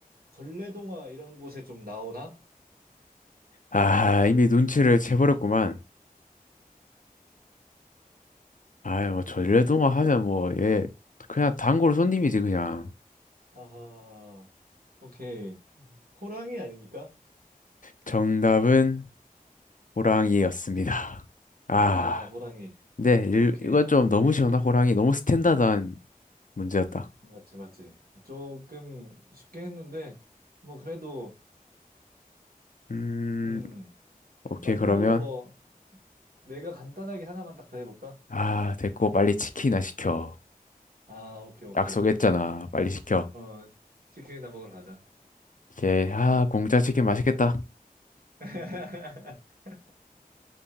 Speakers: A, on the right; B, on the left.
A: 전래동화 이런 곳에 좀 나오나?
B: 아 이미 눈치를 채버렸구만 아이 뭐 전래동화 하면 뭐 얘 그냥 단골 손님이지 그냥
A: 아하, 오케이. 호랑이 아닙니까?
B: 정답은 호랑이였습니다 아
A: 아, 호랑이.
B: 네, 일,
A: 오케이.
B: 이건 좀 너무 시원한 호랑이, 너무 스탠다드한 문제였다.
A: 맞지, 맞지. 조금 쉽긴 했는데, 뭐, 그래도,
B: 음,
A: 음,
B: 오케이,
A: 마지막으로
B: 그러면.
A: 뭐, 내가 간단하게 하나만 딱 더 해볼까?
B: 아, 됐고, 빨리 치킨이나 시켜.
A: 아, 오케이, 오케이.
B: 약속했잖아. 빨리 시켜.
A: 어, 치킨이나 먹으러 가자.
B: 오케이, 아, 공짜 치킨 맛있겠다.
A: <laughs>